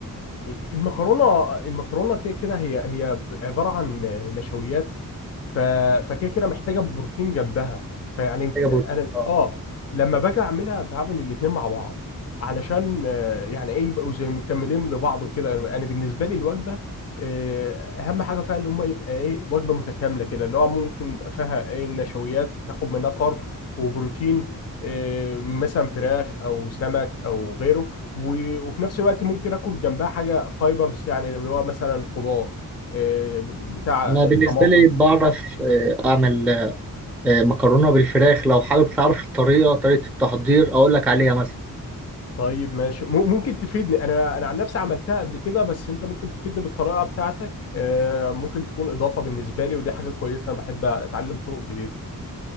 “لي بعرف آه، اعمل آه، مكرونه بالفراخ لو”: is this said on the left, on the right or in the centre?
Centre